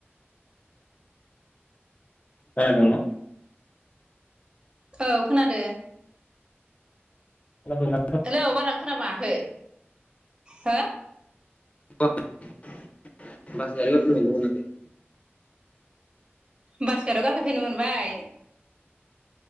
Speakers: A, on the left; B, on the right.
A: खोनादों न
B: औ खोनादों
A: खोनादोंना
B: हेलौ बार खोनाबांआखै हो
A: <unintelligible> <unintelligible>
B: बासकेटाव गाखोफेरनो मोनबाय